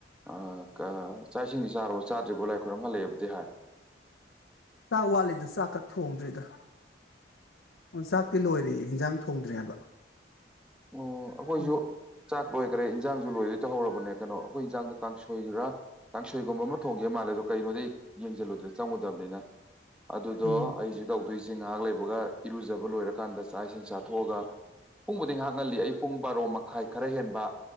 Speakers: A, in the centre; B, on the left.
A: ꯑꯥ ꯀꯥ ꯆꯥꯛ ꯏꯁꯤꯡꯗꯤ ꯆꯥꯔꯥꯕꯣ ꯆꯥꯗ꯭ꯔꯤꯕꯣ ꯂꯥꯏꯈꯣꯏꯔꯝ ꯍꯜꯂꯛꯑꯦꯕꯨꯗꯤ ꯍꯥꯏ
B: ꯆꯥꯛ ꯋꯥꯠꯂꯤꯗ ꯆꯥꯛꯀ ꯊꯣꯡꯗ꯭ꯔꯤꯗ ꯑꯣ ꯆꯥꯛꯇꯤ ꯂꯣꯏꯔꯦꯌꯦ ꯏꯟꯖꯥꯡ ꯊꯣꯡꯗ꯭ꯔꯤ ꯍꯥꯏꯕ
A: ꯑꯣ ꯑꯩꯈꯣꯏꯁꯨ
B: ꯎꯝ
A: ꯆꯥꯛ ꯂꯣꯏꯈ꯭ꯔꯦ ꯏꯟꯖꯥꯡꯁꯨ ꯂꯣꯏ ꯇꯧꯍꯧꯔꯥꯕꯅꯦ ꯀꯩꯅꯣ ꯑꯩꯈꯣꯏ ꯢꯟꯖꯥꯡꯗꯣ ꯀꯥꯡꯁꯣꯏꯔꯥ ꯀꯥꯡꯁꯣꯏꯒꯨꯝꯕ ꯑꯃ ꯊꯣꯡꯒꯦ ꯃꯥꯜꯂꯦ ꯑꯗꯣ ꯀꯩꯅꯣꯗ ꯑꯩ ꯌꯦꯡꯁꯖꯤꯜꯂꯨꯗꯦ ꯆꯪꯉꯨꯗꯕꯅꯤꯅ ꯑꯗꯨꯗꯣ
B: ꯎꯝ
A: ꯑꯩꯖꯤ ꯍꯧꯖꯤꯛꯁꯦ ꯉꯥꯏꯍꯥꯛ ꯂꯩꯕꯒ ꯏꯔꯨꯖꯕ ꯂꯣꯏꯔꯀꯥꯟꯗ ꯆꯥꯛ ꯏꯁꯤꯡ ꯆꯥꯊꯣꯛ ꯑꯥꯒ ꯄꯨꯡꯕꯨꯗꯤ ꯉꯥꯏꯍꯥꯛ ꯉꯜꯂꯤ ꯑꯩ ꯄꯨꯡ ꯕꯥꯔꯣ ꯃꯈꯥꯏ ꯈꯔ ꯍꯦꯟꯕ